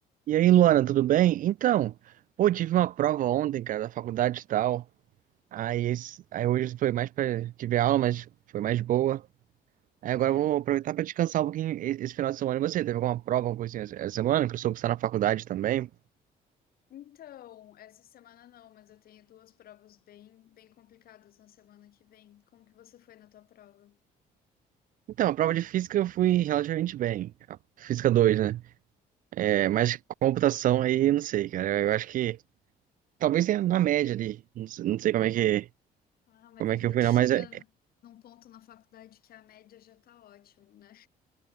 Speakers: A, on the right; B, on the left.
A: E aí, Luana, tudo bem? Então, pô, tive uma prova ontem, cara, da faculdade e tal. Aí, esse, aí hoje foi mais pra. Tive aula, mas foi mais boa. Aí agora
B: É,
A: eu vou aproveitar pra descansar um pouquinho e- esse final de semana. E você, teve alguma prova, alguma coisinha essa semana? Que eu soube que está na faculdade também.
B: então, essa semana não, mas eu tenho duas provas bem, bem complicadas na semana que vem. Como que você foi na tua prova?
A: Então, a prova de física eu fui relativamente bem. A Física 2, né? É, mas computação aí, eu não sei, cara. Eu, eu acho que talvez tenha na média ali. Não, sei não sei como é que,
B: Ah, mas
A: como
B: a
A: é
B: gente
A: que eu fui, não,
B: chega
A: mas. é,
B: num ponto na faculdade que a média já tá ótimo, né?